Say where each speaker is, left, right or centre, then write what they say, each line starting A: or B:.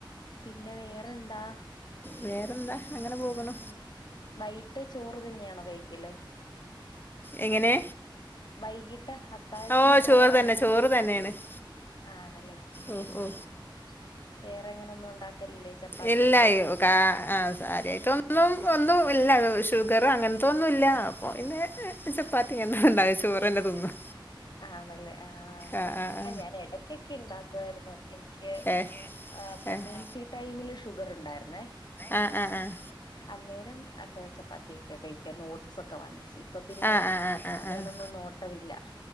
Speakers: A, on the left (about 55°); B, on the left (about 25°).
A: പിന്നെ വേറെന്താ?
B: വേറെന്താ, അങ്ങനെ പോകണു.
A: ഉം. വൈകിട്ട് ചോറ് തന്നെയാണോ കഴിക്കല്?
B: എങ്ങനെ?
A: വൈകിട്ട് അ അത്താഴത്തിന്
B: ഓ
A: ചോറാണോ
B: ചോറ് തന്നെ ചോറ് തന്നെയാണ്
A: ആണ്ല്ലേ ആഹ്
B: ഓ ഓ
A: വേറെ അങ്ങനൊന്നു ഉണ്ടാക്കലില്ലേ ചപ്പാത്തിയൊക്കെ
B: ഇല്ലയോ ക്കാ അഹ് കാര്യായിട്ടൊന്നും ഒന്നും ഇല്ല ഷുഗറ് അങ്ങൻത്തെ ഒന്നും ഇല്ല ഓഹ് ആയോണ്ട്
A: ആ
B: പിന്നെ ചപ്പാത്തി അങ്ങനെ ഒന്നും ഉണ്ടാക്കലില്ല ചോറ് തന്നെ തിന്നും
A: ആണല്ലേ ആഹ് ആഹ്
B: ആ ആ ആ ആ
A: അഹ് ഞാൻ എടക്കൊക്കെ ഇണ്ടാക്കുവായിരുന്നു എനി ക്ക്
B: ഏ എനിക്ക്
A: എഹ് പ്രഗ്നൻസി
B: ഏ
A: ടൈമില് ഷുഗർ ഉണ്ടായിരുന്നേ
B: ആഹ് ആഹ് ആഹ്
A: അന്നേരം ഒക്കെ ചപ്പാത്തി ഒക്കെ കഴിക്കുവാഴ്രുന്നു ഓഡ്സ് ഒക്കെ വാങ്ങിച്ച് ഇപ്പൊ പിന്നെ
B: ആഹ് ആഹ് ആഹ് ആഹ്
A: അങ്ങനൊന്നും
B: ആഹ്
A: നോട്ടവില്ല